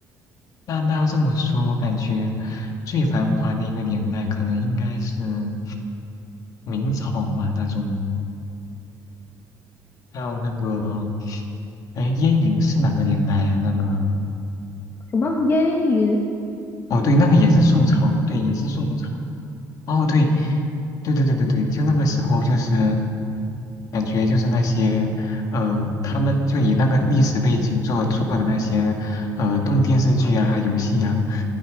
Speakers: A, on the left; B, on the left.
A: 那那要这么说，我感觉最繁华的一个年代，可能应该是明朝吧，那种。还有那个，哎，燕云是哪个年代呀、那个，
B: 什么烟云？
A: 哦，对，那个也是宋朝，对，也是宋朝。哦，对，对对对对对，就那个时候就是感觉就是那些呃，他们就以那个历史背景做做的那些呃动电视剧啊、游戏啊，